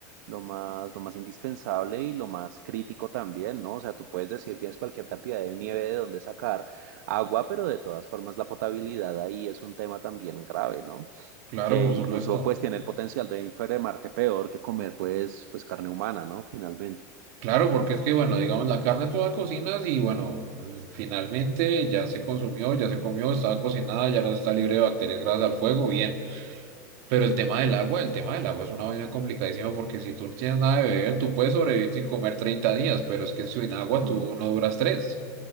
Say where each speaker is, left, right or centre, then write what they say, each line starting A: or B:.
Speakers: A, on the right; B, on the right.
A: lo más, lo más indispensable y lo más crítico también, ¿no? O sea, tú puedes decir, tienes cualquier cantidad de nieve de donde sacar agua, pero de todas formas la potabilidad ahí es un tema también grave, ¿no?
B: Claro,
A: que
B: por
A: incluso
B: supuesto.
A: pues tiene el potencial de enfermarte peor que comer pues, pues carne humana, ¿no? Finalmente.
B: Claro, porque es que, bueno, digamos, la carne tú la cocinas y, bueno, finalmente ya se consumió, ya se comió, estaba cocinada, ya no está libre de bacterias gracias al fuego, bien. Pero el tema del agua, el tema del agua es una vaina complicadísima porque si tú no tienes nada de beber, tú puedes sobrevivir sin comer 30 días, pero es que sin agua
A: Mm,
B: tú no duras tres.